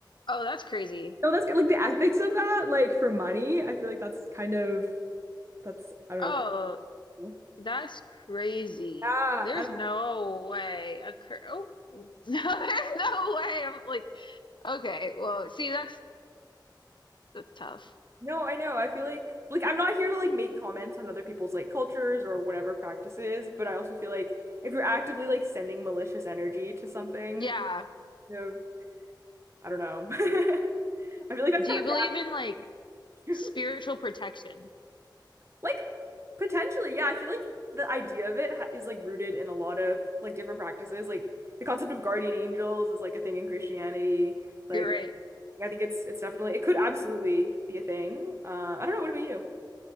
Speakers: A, on the left (about 80°); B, on the right (about 35°).
A: oh, that's crazy.
B: no, that's like the ethics of that, like for money. I feel like that's kind of that's I don't
A: Oh,
B: know. Kind of cool.
A: that's crazy.
B: Yeah,
A: There's
B: I don't.
A: no way a cur oh <laughs> no, there's no way. I'm like, okay, well, see, that's that's tough.
B: No, I know. I feel like like I'm not here to like make comments on other people's like cultures or whatever practices, but I also feel like if you're actively like sending malicious energy to something,
A: Yeah.
B: kind of, I don't know. <laughs> I feel like that's
A: Do
B: kind
A: you
B: of
A: believe in like
B: bad.
A: spiritual protection?
B: <laughs> Like potentially, yeah, I feel like the idea of it ha is like rooted in a lot of like different practices. Like the concept of guardian angels is like a thing in Christianity. Like
A: You're right.
B: I think it's it's definitely it could absolutely be a thing. Uh, I don't know. What about you?